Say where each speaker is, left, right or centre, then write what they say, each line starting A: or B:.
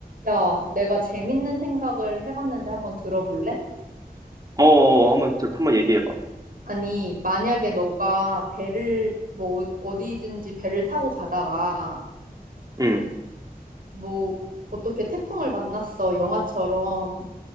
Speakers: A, on the right (about 65°); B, on the right (about 25°).
A: 야, 내가 재밌는 생각을 해봤는데 한번 들어볼래?
B: 어, 어, 한번, 들- 한번 얘기해봐.
A: 아니, 만약에 너가 배를, 뭐, 어- 어디든지 배를 타고 가다가,
B: 응,
A: 뭐, 어떻게 태풍을 만났어, 영화처럼.